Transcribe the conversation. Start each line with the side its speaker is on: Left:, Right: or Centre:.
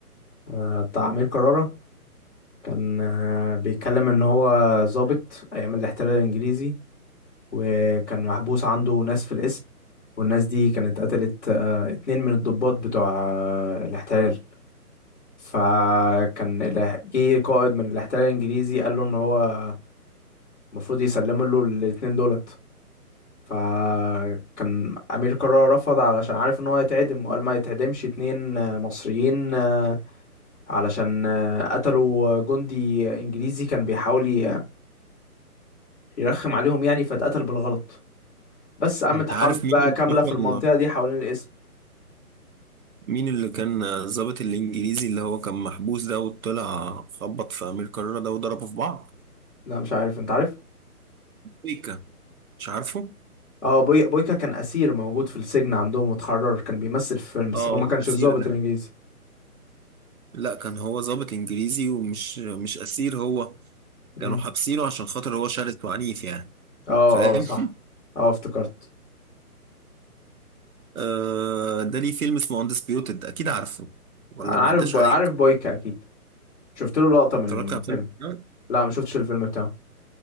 Left: آه، بتاع أمير كرارة كان آه، بيتكلم إن هو ضابط أيام الاحتلال الإنجليزي وكان محبوس عنده ناس في القسم والناس دي كانت قتلت آه، اتنين من الضباط بتوع آه، الاحتلال فكان اله- جه قائد من الاحتلال الإنجليزي قال له إن هو المفروض يسلم له الاتنين دولت فكان أمير كرارة رفض علشان عارف إن هو هيتعدم وقال ما يتعدمش اتنين آه، مصريين آه، علشان آه، قتلوا جندي انجليزي كان بيحاول ي- يرخم عليهم يعني فاتقتل بالغلط بس قامت
Right: انت
Left: حرب
Right: عارف مين
Left: بقى كاملة
Right: اللي
Left: في المنطقة دي حوالين الاسم
Right: مين اللي كان الضابط الانجليزي اللي هو كان محبوس ده وطلع خبط في امير كرارة ده وضربه في بعض
Left: لا مش عارف انت عارف
Right: بيكا مش عارفه
Left: اه بوي... بويكا كان اسير موجود في السجن عندهم واتحرر كان بيمثل في فيلم بس
Right: اه
Left: هو ما
Right: الاسير
Left: كانش الضابط
Right: ده
Left: الانجليزي
Right: لا كان هو ضابط انجليزي ومش مش اسير هو كانوا
Left: مم.
Right: حابسينه عشان خاطر هو شرس وعنيف يعني
Left: اه
Right: فاهم
Left: اه صح
Right: <laughs>
Left: اه افتكرت
Right: آه ده ليه فيلم اسمه اندسبيوتد اكيد عارفه ولا
Left: انا
Right: ما
Left: عارف
Right: عداش
Left: بو...
Right: عليك
Left: عارف بويكا اكيد شفت له لقطة من
Right: اتفرجت على
Left: فيلم
Right: الفيلم ده
Left: لا ما شفتش الفيلم بتاعه